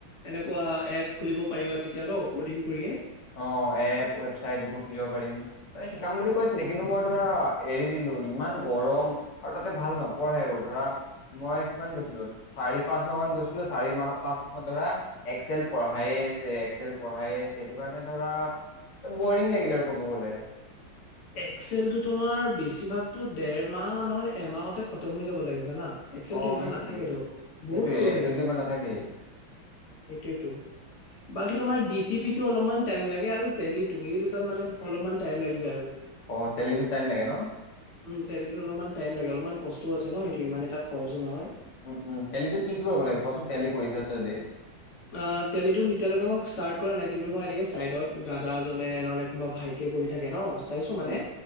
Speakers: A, on the left; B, on the left.
A: এনেকোৱা এপ খুলিব পাৰিবা তেতিয়াতৌ কৰ্ডিং কৰিয়ে।
B: অ এপ ৱেবচাইট এইবোৰ খুলিব পাৰিম ত শিকাম বুলি কৈছে। ছিলে কিন্তু মই ধৰা এৰি দিলো ইমান গৰম আৰু তাতে ভাল নপঢ়াইও ধৰা। মই কিমান গৈছিলো চাৰি পাঁচ মাহ মান গৈছিলো চাৰি মাহ পাঁচ মাহত ধৰা এক্স এল পঢ়াই। চে এক্লেল পঢ়াইয়ে আছে সেইটো কাৰণে ধৰা বৰিং লাগিলে আৰু ক'ব গ'লে।
A: এক্সেল টো তোমাৰ বেছিভাগতো ডেৰমাহ নহলে এমাহতে খতম হৈ যাব লাগে জানা। এক্সেলটো
B: অ',
A: ইমান
B: সেইটোয়ে
A: নাথাকেতো বহুত
B: সেইটোয়ে
A: সৰু
B: এক্সেলটো
A: থাকে।
B: ইমান নাথাকেই।
A: সেইটোৱেতো বাকী তোমাৰ ডি টি পি। টো অলপমান টাইম লাগে আৰু টেলীতো এই দুটাত মানে অলপমান টাইম লাগি যায় আৰু।
B: অ', টেলিটোত টাইম লাগে ন
A: উম টেলিতো অলপমান টাইম লাগে অলপমান। কষ্টও আছে ন সেইটো ইমান এটা খৰচো নহয়।
B: উম উম টেলিতো কি কি কৰিব লাগে কচোন টেলি কৰিছা যদি।
A: অ তেলীটোত এতিয়ালৈকে মোক ষ্টাৰ্ট কৰা নাই কিন্তু মই এনেকে চাইডত দাদাজনে নহলে কোনোবা ভাইট। টিয়ে কৰি থাকে ন চাইছো মানে।
B: উম,